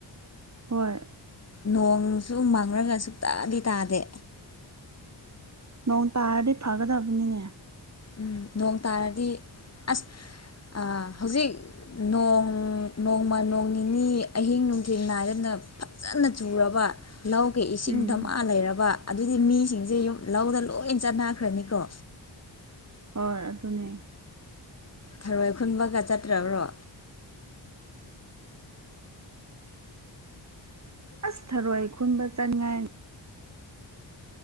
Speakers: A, on the right; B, on the left.
A: ꯍꯣꯏ
B: ꯅꯣꯡꯁꯨ ꯃꯪꯔꯒ ꯁꯨꯛꯇꯗꯤ ꯇꯥꯗꯦ
A: ꯅꯣꯡ ꯇꯥꯔꯗꯤ ꯐꯒꯗꯕꯅꯤꯅꯦ
B: ꯎꯝ ꯅꯣꯡ ꯇꯥꯔꯗꯤ ꯑꯁ ꯑ ꯍꯧꯖꯤꯛ ꯅꯣꯡ ꯅꯣꯡꯃ ꯅꯣꯡ ꯅꯤꯅꯤ ꯑꯍꯤꯡ ꯅꯨꯡꯊꯤ ꯅꯥꯏꯗꯅ ꯐꯖꯅ ꯆꯨꯔꯕ ꯂꯧꯒꯤ ꯏꯁꯤꯡ
A: ꯎꯝ
B: ꯗꯙꯃꯥ ꯂꯩꯔꯕ ꯑꯗꯨꯗꯤ ꯃꯤꯁꯤꯡꯁꯦ ꯌꯨꯝ ꯂꯧꯗ ꯂꯣꯏ ꯆꯠꯅꯈ꯭ꯔꯅꯤꯀꯣ
A: ꯍꯣꯏ ꯑꯗꯨꯅꯦ
B: ꯊꯔꯣꯏ ꯈꯨꯟꯕꯒ ꯆꯠꯇ꯭ꯔꯕ꯭ꯔꯣ
A: ꯑꯁ ꯊꯔꯣꯏ ꯈꯨꯟꯕ ꯆꯠꯉꯥꯏ